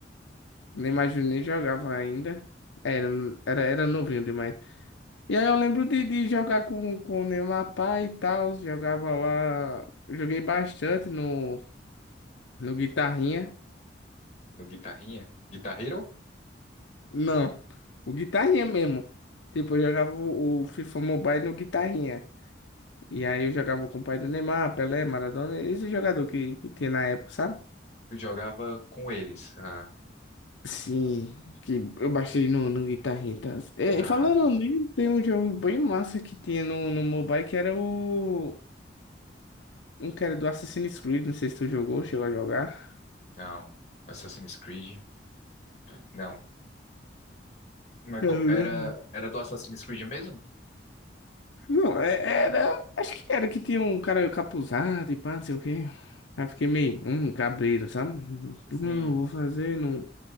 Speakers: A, on the left; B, on the left.
A: Nem imagino, nem jogava ainda. Era, era, era novinho demais. E aí eu lembro de, de jogar com, com o Neymar Pai e tal. Jogava lá. Joguei bastante no, no Guitarrinha.
B: No Guitarrinha? Guitar Hero?
A: Não, o Guitarrinha mesmo. Tipo, eu jogava o, o FIFA Mobile no Guitarrinha. E aí eu jogava com o pai do Neymar, Pelé, Maradona, esse jogador que, que tinha na época, sabe?
B: Tu jogava com eles. Ah,
A: Sim, que eu baixei no, no Guitarrinha. e
B: ah,
A: É, falando
B: tô ligado.
A: nisso, tem um jogo bem massa que tinha no, no mobile que era o. um que era do Assassin's Creed, não sei se tu jogou, chegou a jogar.
B: Não. Assassin's Creed? Não. Mas
A: Cara,
B: co-
A: né?
B: era, era do Assassin's Creed mesmo?
A: Não, é- era. Acho que era que tinha um cara capuzado e pá, não sei o quê. Aí fiquei meio, hum, cabreiro, sabe? Não,
B: Sim.
A: vou fazer, não.